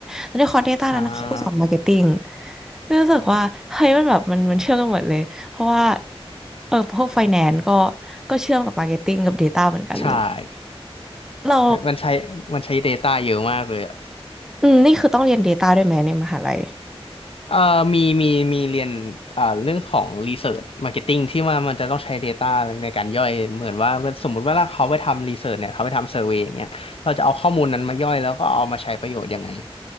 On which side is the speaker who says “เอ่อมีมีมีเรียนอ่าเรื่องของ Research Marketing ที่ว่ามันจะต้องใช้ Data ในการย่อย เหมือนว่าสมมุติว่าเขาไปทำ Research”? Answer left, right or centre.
Left